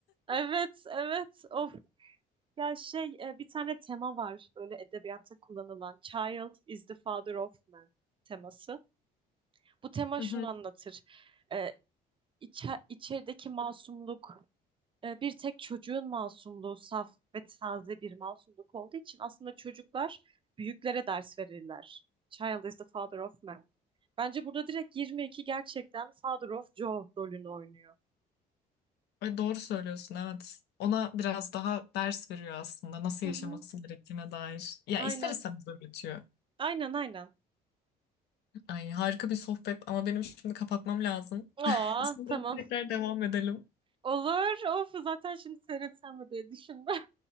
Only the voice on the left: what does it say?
<laughs> Hı
hı.
Ve doğru söylüyorsun evet. Ona biraz daha ders veriyor aslında nasıl
yaşaması
gerektiğine dair. Ya
ister istemez öğretiyor.
Ay harika bir sohbet ama benim şimdi kapatmam lazım. <laughs>
Sonra
tekrar devam edelim.